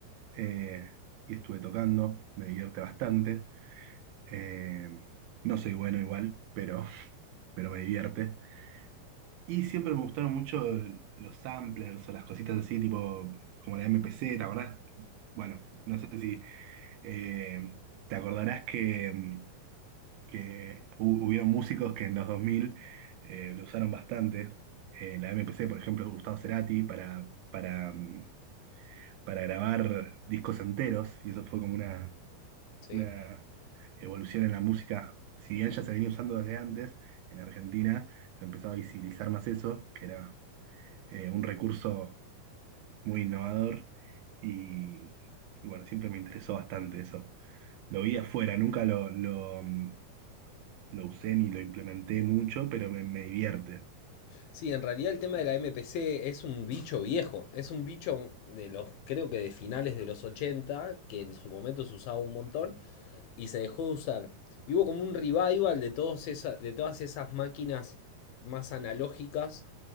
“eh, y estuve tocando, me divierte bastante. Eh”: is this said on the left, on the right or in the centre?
Right